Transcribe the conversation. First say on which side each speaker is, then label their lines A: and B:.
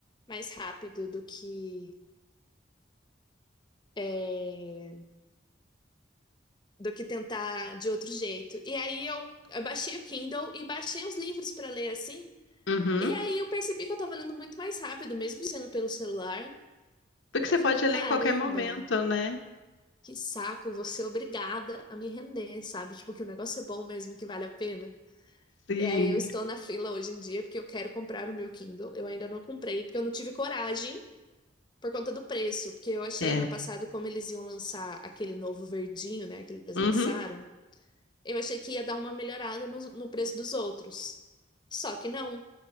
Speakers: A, on the left; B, on the left.
A: mais rápido do que é, do que tentar de outro jeito. E aí eu, eu baixei o Kindle e baixei uns livros pra ler assim.
B: Uhum.
A: E aí eu percebi que eu tava lendo muito mais rápido, mesmo sendo pelo celular.
B: Porque
A: E eu
B: você
A: falei,
B: pode
A: caramba,
B: ler em qualquer momento, né?
A: que saco, vou ser obrigada a me render, sabe? Tipo, que o negócio é bom mesmo, que vale a pena.
B: Sim.
A: E aí eu estou na fila hoje em dia porque eu quero comprar o meu Kindle. Eu ainda não comprei porque eu não tive coragem por conta do preço, porque eu achei
B: É.
A: ano passado como eles iam lançar aquele novo verdinho, né, que eles
B: Uhum.
A: lançaram. Eu achei que ia dar uma melhorada no, no preço dos outros. Só que não.